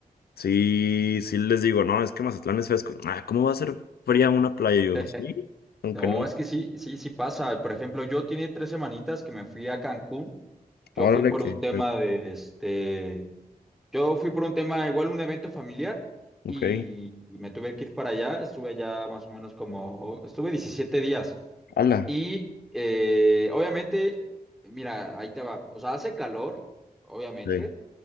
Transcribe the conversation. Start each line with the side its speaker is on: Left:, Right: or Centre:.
Left: sí, sí les digo, no, es que Mazatlán es fresco. Ah, ¿cómo va a ser fría una playa? Y yo,
Centre: <laughs>
Left: sí, aunque
Centre: No,
Left: no,
Centre: es que sí, sí, sí pasa. Por ejemplo, yo tiene tres semanitas que me fui a Cancún. Yo
Left: órale
Centre: fui por
Left: que,
Centre: un tema de este, yo fui por un tema, igual un evento familiar
Left: ok,
Centre: y, y me tuve que ir para allá. Estuve allá más o menos como, estuve 17 días.
Left: ala.
Centre: Y eh, obviamente, mira, ahí te va. O sea, hace calor, obviamente,
Left: Sí.